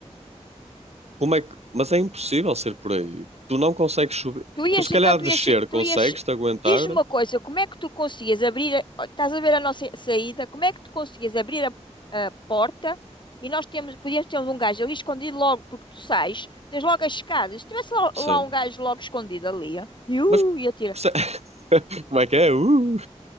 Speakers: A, on the right; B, on the left.
A: Como é que. Mas é impossível ser por aí. Tu não consegues subir.
B: Tu ias,
A: Tu se calhar
B: então, tu
A: descer
B: ias,
A: consegues-te
B: tu ias,
A: aguentar.
B: diz-me uma coisa, como é que tu conseguias abrir, a- estás a ver a nossa saída, como é que tu conseguias abrir a, a porta e nós temos, podíamos ter um gajo ali escondido logo, porque tu sais, tens logo as escadas, se tivesse lá,
A: Sim.
B: lá um gajo logo escondido ali, ó, e uh,
A: Mas
B: e atira,
A: perce- <laughs> como é que é? Uh!